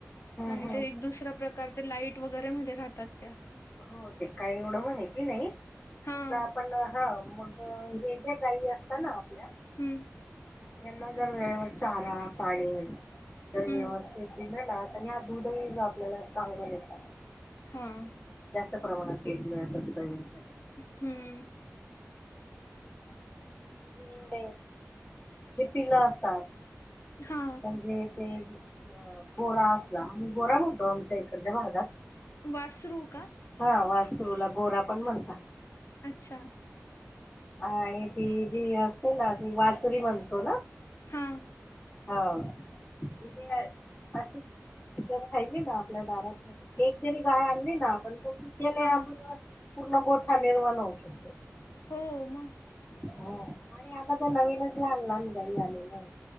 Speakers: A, on the left; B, on the left.
A: हम्म
B: आणि
A: हम्म
B: ते दुसरा प्रकार ते लाईट वगैरे मध्ये राहतात त्या.
A: हो ते काही एवढं माहिती नाही
B: हां.
A: पण आपण हा मग अ हे ज्या काही असता ना आपल्या
B: हम्म.
A: त्यांना जर वेळेवर चारा, पाणी जर व्यवस्थित
B: हं.
A: दिल ना? तर ह्या दूधही आपल्याला चांगलं देतात.
B: हम.
A: जास्त प्रमाणात पीक मिळत असतं यांच्यात
B: हम्म.
A: आणि मग त्यांची जे, ती पिलं असतात.
B: हा.
A: म्हणजे ते गोरा असला, आम्ही गोरा म्हणतो आमच्या इकडच्या भागात.
B: वासरू. का?
A: हा वासरूला गोरा पण म्हणता.
B: अच्छा.
A: आणि ती जी असते ना? ती वासरी म्हणतो ना?
B: हां,
A: हाव म्हणजे आ असं? जर राहिली ना आपल्या दारात म्हणजे एक जरी गाय आणली ना आपण? तच्याने
B: हां.
A: आपण पूर्ण गोठा निर्माण होऊ शकतो.
B: हो मग.
A: हा आणि आता ते नवीनच लहान लहान गाई आलेले आहेत.